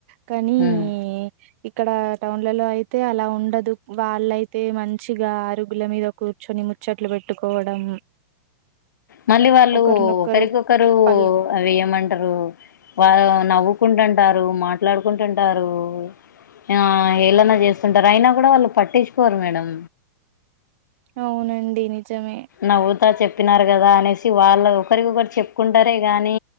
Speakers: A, on the right; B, on the left.
A: కానీ
B: ఉమ్
A: ఇక్కడ టౌన్లలో అయితే అలా ఉండదు వాళ్ళయితే మంచిగా ఆరుగుల మీద కూర్చొని ముచ్చట్లు పెట్టుకోవడం
B: మళ్ళీ వాళ్ళు
A: ఒకరినొకరు
B: ఒకరికొకరు
A: పల్
B: అవి ఏమంటారు వా నవ్వుకుంటుంటారు మాట్లాడుకుంటుంటారు ఆ హేళన చేస్తుంటారు అయినా కూడా వాళ్ళు పట్టించుకోరు మేడం
A: అవునండి నిజమే
B: నవ్వుతా చెప్పినారు కదా అనేసి వాళ్ళ ఒకరికొకరు చెప్ ప్పుకుంటారే గాని